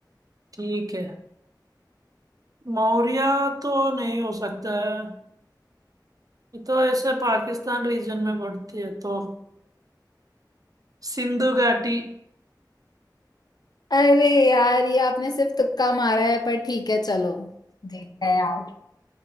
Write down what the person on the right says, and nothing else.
ठीक है मौर्य तो नहीं हो सकता है ये तो ऐसे पाकिस्तान रीजन में पड़ती है तो सिंधु घाटी